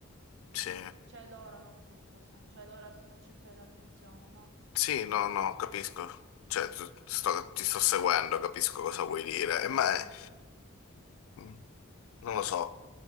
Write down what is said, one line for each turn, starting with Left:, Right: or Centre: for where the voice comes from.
Right: So
Left: Sì,
Right: se- cioè loro, no tu, scusa, cioè loro sempre al centro dell'attenzione, no?
Left: sì, no, no, capisco. Cioè, tu- sto- ti sto seguendo, capisco cosa vuoi dire,
Right: Poi,
Left: Eh, ma è- mm, non lo so.